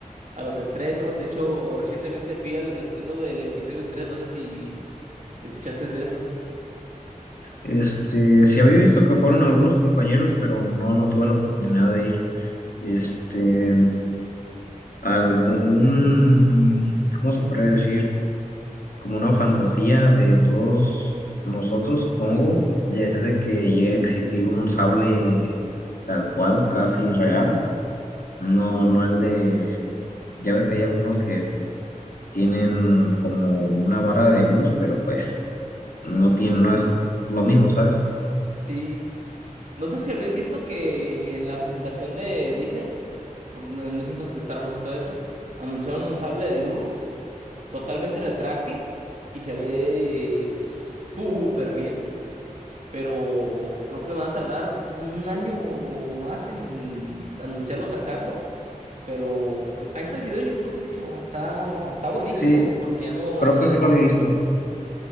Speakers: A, on the right; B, on the left.
A: a los estrenos. De hecho, recientemente fui al reestreno del episodio 3. no sé si escuchaste de eso.
B: Este, sí había visto que fueron algunos compañeros, pero no, no tuve la oportunidad de ir. Este, algún, ¿cómo se puede decir? como una fantasía de todos nosotros, supongo, desde que llegue a existir un sable tal cual, casi real, no, no el de, ya ves que hay algunos que es- tienen como una vara de luz, pero pues no tiene, no es lo mismo, ¿sabes?
A: Sí. No sé si habías visto que en la presentación de Disney, por donde anuncian cosas de Star Wars y todo eso, anunciaron un sable de luz totalmente retráctil y se ve súper bien. pero creo que van a tardar un año o más en anunciarlo, sacarlo, pero cre- ahí está el video en YouTube, de hecho, está, está buenísimo,
B: Sí,
A: porque ya no,
B: creo que sí lo he visto,